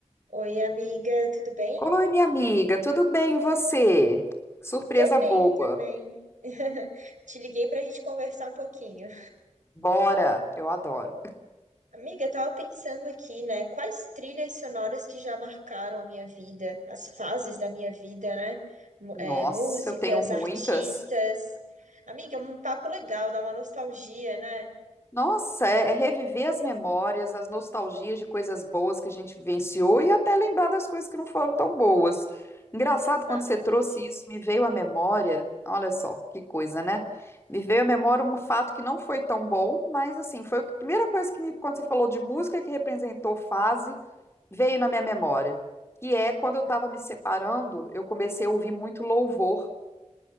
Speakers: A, on the right; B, on the left.
A: Oi, amiga, tudo bem?
B: Oi, minha amiga, tudo bem e você? Que Surpresa
A: Tô bem
B: boa.
A: também. <laughs> Te liguei pra gente conversar um pouquinho.
B: Bora, eu adoro.
A: Amiga, eu tava pensando aqui, né? Quais trilhas sonoras que já marcaram a minha vida, as fases da minha vida, né? Mu-
B: Nossa,
A: é, músicas,
B: eu tenho muitas.
A: artistas. Amiga, um papo legal, dá uma nostalgia, né?
B: Nossa, é, é reviver as memórias, as nostalgias de coisas boas que a gente vivenciou e até lembrar das coisas que não foram tão boas. Engraçado,
A: Exatamente.
B: quando você trouxe isso, me veio à memória. Olha só, que coisa, né? Me veio à memória um fato que não foi tão bom, mas assim, foi a primeira coisa que me, quando você falou de música que representou fase. veio na minha memória, que é quando eu
A: Hum.
B: estava me separando, eu comecei a ouvir muito louvor,